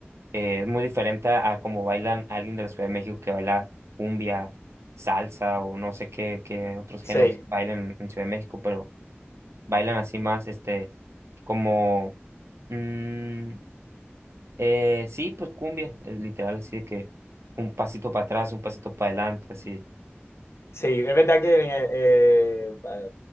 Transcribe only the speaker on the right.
eh, es muy diferente a, a como bailan alguien de la Ciudad de México que baila cumbia, salsa o no sé qué, qué otros
géneros bailan en Ciudad de México, pero bailan así más, este, como... mm, Eh, sí, pues cumbia, es literal, así de que un pasito para atrás, un pasito para adelante, así.